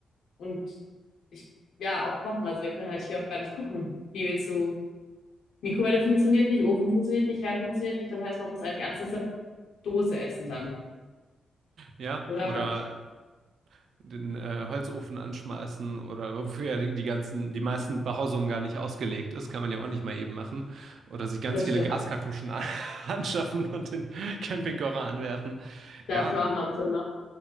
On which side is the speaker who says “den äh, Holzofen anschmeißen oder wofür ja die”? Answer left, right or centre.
Right